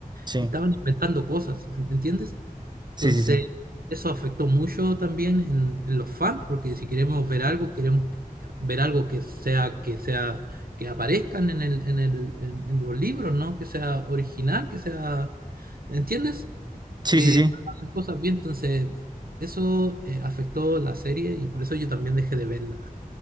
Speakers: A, on the right (about 30°); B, on the right (about 85°).
A: Sí,
B: y estaban inventando cosas, ¿en- ¿entiendes? Entonces,
A: sí, sí, sí.
B: eso afectó mucho también en, en los fans, porque si queremos ver algo, queremos que- ver algo que sea, que sea, que aparezcan en el, en el, en, en los libros, ¿no? Que sea original, que sea, ¿entiendes?
A: Sí,
B: que
A: sí, sí.
B: no hagan las cosas bien, entonces eso eh, afectó la serie y por eso yo también dejé de verla